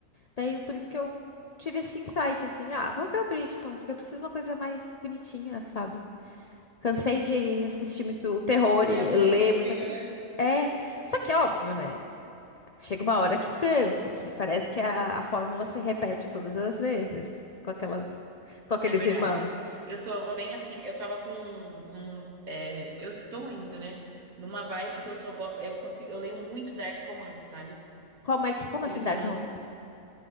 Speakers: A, on the left; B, on the right.
A: Daí, por isso que eu tive esse insight, assim, ah, vou ver o Bridgerton, porque eu preciso de uma coisa mais bonitinha, sabe? Cansei de assistir muito terror
B: E
A: e
B: é muito
A: ler
B: fofinho,
A: muita coisa.
B: né?
A: É, só que é óbvio, né? Chega uma hora que cansa, que parece que a, a fórmula se repete todas as vezes com aquelas, com aqueles
B: É verdade.
A: irmãos.
B: Eu tô bem assim, eu tava com um, um, é, eu estou ainda, né, numa vibe que eu só go- eu consigo, eu leio muito dark romance, sabe?
A: Como é que, como
B: Aqueles
A: assim, Dark
B: romances
A: Romance?